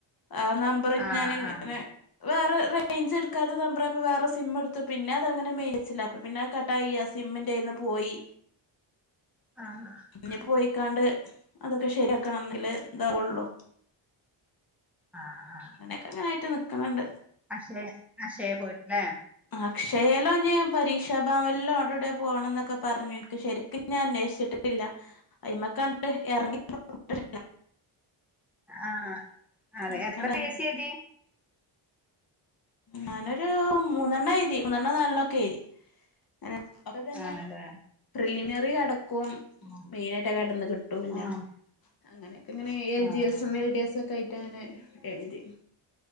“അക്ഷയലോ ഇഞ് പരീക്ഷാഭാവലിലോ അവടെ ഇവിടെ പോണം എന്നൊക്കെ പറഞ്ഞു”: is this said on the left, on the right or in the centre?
Left